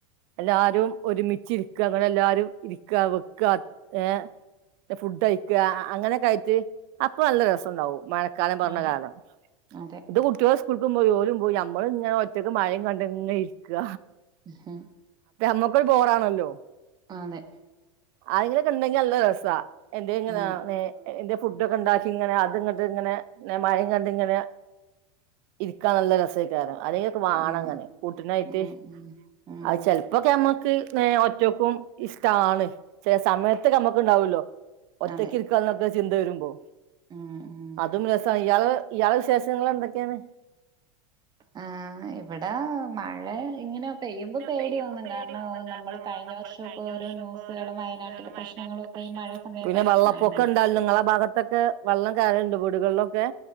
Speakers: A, on the right; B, on the right.
A: എല്ലാരും ഒരുമിച്ച് ഇരിക്ക അങ്ങനെ എല്ലാരും ഇരിക്ക വെക്ക ഏ ഫുഡ് കഴിക്ക അങ്ങനെയൊക്കെയായിട്ട് അപ്പൊ നല്ല രസണ്ടാവും മ കാലം പറഞ്ഞ
B: അതെ
A: കാലം
B: അതെ
A: ഇത് <unintelligible> കൊടുക്കുമ്പോ ജോലും പോയി നമ്മളും ഇങ്ങനെ ഒറ്റക്ക് മഴയും കണ്ടങ്ങനെ ഇരിക്കുക
B: ഹ്മ്
A: മ്മക്കൊരു ബോറാണല്ലോ
B: അതെ
A: ആരെങ്കിലൊക്കെ ഒണ്ടെങ്കിൽ നല്ലാ രസാ എന്തെങ്ങനാ
B: ആഹ്
A: വേ എന്റെ ഫുഡൊക്കെ ഒണ്ടാക്കി ഇങ്ങനെ അത്ങ്ങോട്ട് ഇങ്ങനെ മഴ കണ്ടിയിങ്ങനെ ഇരിക്കാൻ നല്ല രസക്കാര്യാ ആരെങ്ങെക്കെ വാണം
B: ഉം
A: ഇങ്ങനെ കൂട്ടിനായിട്ട്
B: ഉം ഉം ഉം
A: ആ ചെലപ്പോക്കെ നമ്മക്ക് നേ ഒ <unintelligible> ഇസ്ട്യാണ് ചെല സമയത്ത് നമക്ക് ഉണ്ടാവുല്ലോ <unintelligible>
B: അതെ
A: ചിന്താവെരുമ്പോ
B: ഉം ഉം
A: അതും രെസായായി ഇയാള് ഇയാളെ വിശേഷങ്ങള് എന്തൊക്കെയാണ്
B: ആ ഇവടെ മഴ ഇങ്ങനെ പെയ്യുമ്പോ പേടി
A: പെയ്യുമ്പോ
B: തോന്നും
A: പേടി
B: കാരണം
A: തോന്നും കാരണം
B: നമ്മള് കഴിഞ്ഞ
A: നമ്മള്
B: വർഷമൊക്കെ
A: കഴിഞ്ഞ
B: ഓരോ
A: വർഷം
B: ന്യൂസുകളും
A: ഓരോ ന്യൂസ
B: വയനാട്ടിലെ
A: കളും
B: പ്രശ്നങ്ങളും
A: വയനാട്ടിലെ
B: ഒക്കെ
A: പ്രശ്നങ്ങളെക്കേ
B: ഈ മഴ സമയത്തല്ലേ
A: പിന്നാ വള്ളപ്പൊക്കെ
B: കാണുന്നെ
A: ഉണ്ടാലന്നുർ നിങ്ങളെ ഭാഗത്തൊക്കെ വള്ളം കെറിയുണ്ട് വീടുക വൈള്ളൊക്കെ